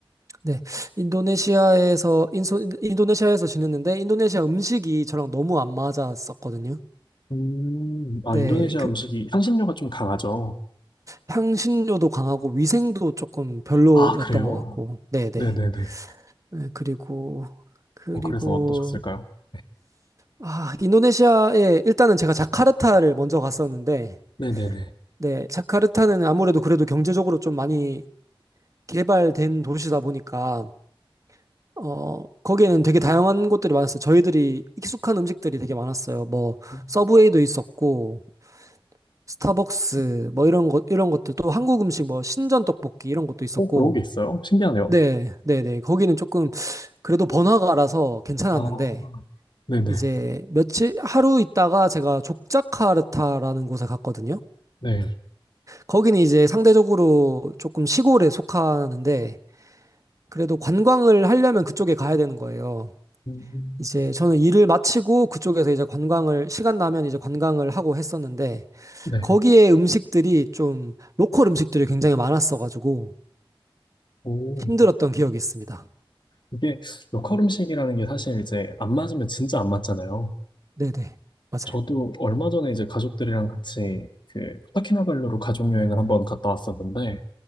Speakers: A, on the right; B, on the left.
A: 네, 인도네시아에서, 인소, 인도네시아에서 지냈는데, 인도네시아 음식이 저랑 너무 안 맞았었거든요.
B: 음, 아,
A: 네,
B: 인도네시아
A: 그,
B: 음식이 향신료가 좀 강하죠.
A: 향신료도 강하고, 위생도 조금 별로였던
B: 아, 그래요?
A: 것 같고, 네, 네.
B: 네네네.
A: 네, 그리고, 그리고,
B: 어, 그래서 어떠셨을까요? 네.
A: 아, 인도네시아에, 일단은 제가 자카르타를 먼저 갔었는데,
B: 네네네.
A: 네, 자카르타는 아무래도 그래도 경제적으로 좀 많이 개발된 도시다 보니까 어 거기에는 되게 다양한 곳들이 많았어요. 저희들이 익숙한 음식들이 되게 많았어요. 뭐
B: 음,
A: 서브웨이도 있었고 스타벅스 뭐 이런 것 이런 것들 또 한국 음식 뭐 신전 떡볶이 이런 것도 있었고
B: 어, 그런 게 있어요? 신기하네요.
A: 네, 네, 네. 거기는 조금 그래도 번화가라서 괜찮았는데
B: 아, 네네.
A: 이제 며칠 하루 있다가 제가 족자카르타라는 곳에 갔거든요.
B: 네.
A: 거기는 이제 상대적으로 조금 시골에 속하는데 그래도 관광을 하려면 그쪽에 가야 되는 거예요.
B: 음,
A: 이제 저는 일을 마치고 그쪽에서 이제 관광을 시간 나면 이제 관광을 하고 했었는데
B: 네.
A: 거기에 음식들이 좀 로컬 음식들이 굉장히 많았어가지고
B: 오,
A: 힘들었던 기억이 있습니다.
B: 이게 로컬 음식이라는 게 사실 이제 안 맞으면 진짜 안 맞잖아요.
A: 네네 맞아요.
B: 저도 얼마 전에 이제 가족들이랑 같이 그 코타키나발루로 가족 여행을 한번 갔다 왔었는데